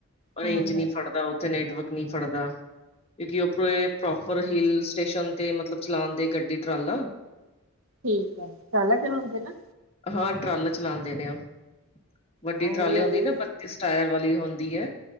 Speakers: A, on the right; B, on the left.
A: ਫੋਨ
B: ਰੇਂਜ ਨੀ ਫੜਦਾ ਉੱਥੇ ਨੈਟਵਰਕ ਨੀ ਫੜਦਾ, ਕਿਉਂਕਿ ਉਪਰ ਪ੍ਰੋਪਰ ਹਿਲਸ ਸਟੇਸ਼ਨ ਤੇ ਮਤਲਬ ਚਲਾਉਣ ਦੇ ਗੱਡੀ ਟਰਾਲਾ।
A: ਠੀਕ ਹੈ ਟਰਾਲਾ ਚਲਾਉਂਦੇ ਨਾ।
B: ਹਾਂ, ਟਰਾਲ ਚਲਾਉਂਦੇ ਨੇ ਉਹ, ਵੱਡੀ
A: ਹਾਂ
B: ਟਰਾਲੇ
A: ਉਹਦੇ
B: ਹੁੰਦੀ
A: ਵੀ
B: ਨਾ ਟਾਇਰ ਵਾਲੀ ਹੈ।